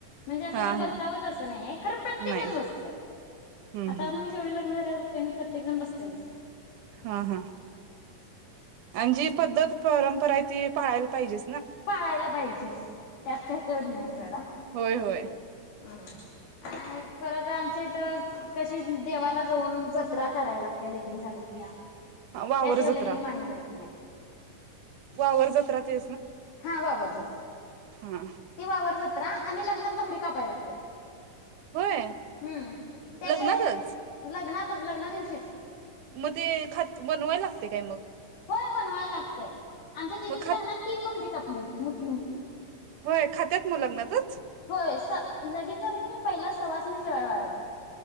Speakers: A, on the left; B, on the right.
A: म्हणजे असं
B: हा
A: काय बसावंच
B: हा
A: असं नाही खरं प्रत्येक
B: नाही
A: जण बसतय
B: हम्म
A: आता
B: हम्म
A: आपण मी जेवढे लग्न झाले बघत प्रत्येक जण बसत तेेच
B: हा हा अं जी पद्धत परं करायती पाळायला पाहिजे
A: पाळायला पाहिजेच त्यात का चढ नाही झाडा हम्
B: होय होय
A: अ परत आम कशी देवा जाऊन जत्रा करायला लागते लगिन झाले की या त्याशिवाय
B: हा वावर जत्रा
A: लगिंन मान्य होत नाही
B: वावर जत रा ते
A: हा वावर जत्रा
B: हा
A: ते वावर जत्रा आणि लग्नात बकरी का पाय लागतात.
B: होय
A: हम्म त्याशिवाय
B: लग्नातच
A: लग्नातच लग्ना दिवशीच
B: मग ते ख बनवायला लागते काय मग
A: होय बनवायला लागतय आमच्या दिदीच्या
B: मग खात
A: लग्नात तीन बकरी कप ली होती मोठी म्हठी
B: होय खात्यात म लग्नात
A: हो लगिंन झालं क म पहिलाच सवाष्णी याच्या वेळी वाढायच्या.